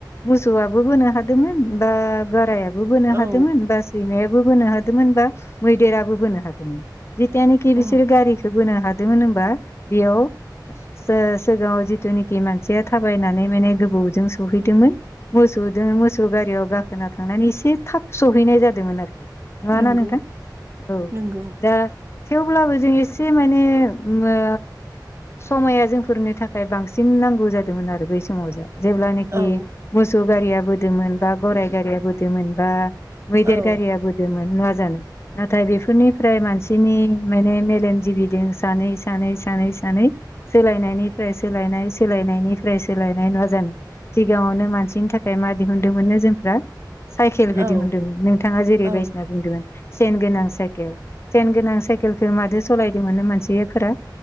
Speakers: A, on the left; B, on the right.
A: मोसौआबो होनो हादोंमोन। बा गाराया बोनो हादोमोन,
B: औ
A: बा सैमायाबो बोनो हादोमोन, बा मैदेराबो बोनो हादोमोन। जिथियानखि बिसोरो
B: औ
A: गारिखौ बोनो हादोंमोन होमबा बेयाव सिगांङाव जिथुनिखि मानसिया थाबायनानै माने गोबावजों सहैदोंमोन मोसौजों मोसौ गारियाव गाखोना थांनानै एसे थाब सहैनाय जादोंमोन आरोखि। नंङा
B: नंगौ
A: ना नोंथां। औ
B: नंगौ
A: दा थेवब्लाबो जों एसे माने ओ मो समाया जोंफोरनि थाखाय बांसिन नांगौ जादोंमोन आरो। बै समाव जाय जेब्लानाखि
B: औ
A: मोसौ गारिया बोदोमोन बा गराइ गारिया बोदोमोन बा मैदेर
B: औ
A: गारियाबोदोमोन नङा जानो? नाथाय बेफोरनिफ्राय मानसिनि माने मेलेमजिबिदों सानै सानै सानै सानै सोलायनायनिफ्राय सोलायनाय सोलायनायनिफ्राय सोलायनाय नङा जानो? सिगाङावनो मान सिन थाखाय मा दिहुनदोंमोननो जोंफ्रा साइकेलखौ
B: औ
A: दिहुनदोंमोन नोंथांङा जेरै
B: औ
A: बायदिसिना बुंदोंमोन। सेन गोनां साइकेल सेन गोनां साइकेलखो मादो सालायदोंमोननो मानसिफोरा?